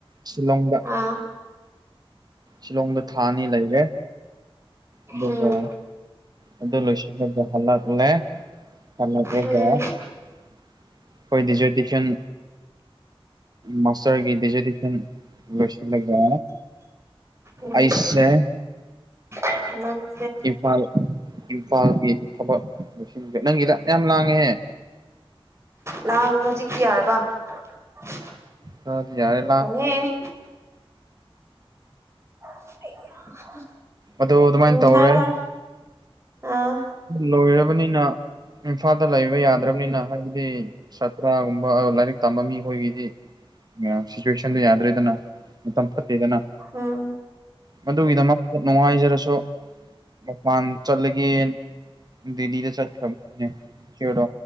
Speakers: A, on the right; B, on the right.
A: ꯁꯤꯂꯣꯡꯗ꯫
B: ꯑꯥ
A: ꯁꯤꯂꯣꯡꯗ ꯊꯥꯑꯅꯤ ꯂꯩꯔꯦ꯫ ꯑꯗꯨꯒ
B: ꯎꯝ
A: ꯑꯗꯨ ꯂꯣꯏꯁꯤꯜꯂꯒ ꯍꯜꯂꯛꯂꯦ꯫ ꯂꯜꯂꯛꯑꯦꯒ
B: ꯎꯝ
A: ꯑꯈꯣꯏ ꯗꯤꯖꯥꯔꯗꯦꯁꯟ ꯃꯥꯁꯇꯔꯒꯤ ꯗꯤꯖꯥꯔꯇꯦꯁꯟ ꯂꯣꯏꯁꯤꯜꯂꯒ
B: ꯎꯝ
A: ꯑꯩꯁꯦ꯫
B: <unintelligible>
A: ꯏꯝꯐꯥꯜ ꯏꯝꯐꯥꯜꯒꯤ ꯊꯕꯛ ꯂꯣꯏꯁꯤꯟ <unintelligible> ꯅꯪꯒꯤꯗ ꯑꯗꯨꯌꯥꯝ ꯂꯥꯡꯉꯦꯍꯦ꯫
B: ꯂꯥꯡ ꯍꯧꯖꯤꯛꯇꯤ ꯌꯥꯔꯕ꯫ <unintelligible>
A: ꯈꯔꯗꯤ ꯌꯥꯔꯦꯂꯥꯞ
B: ꯑꯦ꯫ ꯑꯩꯌꯣꯃ
A: ꯑꯗꯨ ꯑꯗꯨꯃꯥꯏꯅ
B: ꯎꯝ
A: ꯇꯧꯔꯦ
B: ꯍꯥꯏꯔꯣ ꯍꯥꯏꯔꯣ꯫ ꯑꯥ
A: ꯂꯣꯏꯔꯕꯅꯤꯅ ꯏꯝꯐꯥꯜꯗ ꯂꯩꯕ ꯌꯥꯗ꯭ꯔꯕꯅꯤꯅ ꯍꯥꯏꯕꯗꯤ ꯁꯥꯇ꯭ꯔꯥꯒꯨꯝꯕ ꯂꯥꯏꯔꯤꯛ ꯇꯝꯕ ꯃꯤ ꯈꯣꯏꯒꯤꯗꯤ ꯌꯥꯝ ꯁꯤ ꯆꯦꯛꯁꯟꯗ ꯌꯥꯗ꯭ꯔꯦꯗꯅ ꯃꯇꯝ ꯐꯠꯇꯦꯗꯅ
B: ꯎꯝ
A: ꯃꯗꯨꯒꯤꯗꯃꯛꯇ ꯅꯨꯡꯉꯥꯏꯖꯔꯁꯨ ꯃꯄꯥꯟ ꯆꯠꯂꯒꯦ ꯗꯤꯂꯤꯗ ꯆꯠꯈꯔꯕꯅꯦ ꯏꯆꯦꯗꯣ